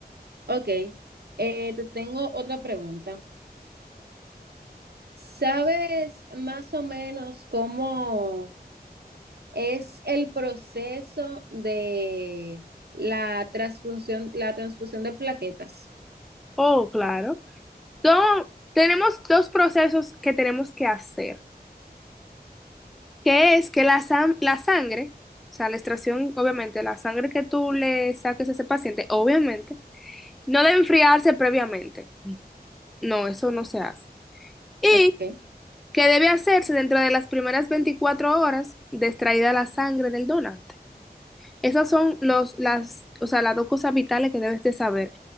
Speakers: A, on the right; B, in the centre.
A: Ok, eh, te tengo otra pregunta. ¿Sabes más o menos cómo es el proceso de la transfusión, la transfusión de plaquetas.
B: Oh, claro. Entonces, tenemos dos procesos que tenemos que hacer. que es que la, sam- la sangre, o sea, la extracción, obviamente, la sangre que tú le saques a ese paciente, obviamente, no debe enfriarse previamente. No, eso no se hace. Y
A: Ok,
B: que debe hacerse dentro de las primeras 24 horas de extraída la sangre del donante. Esas son los, las, o sea, las dos cosas vitales que debes de saber.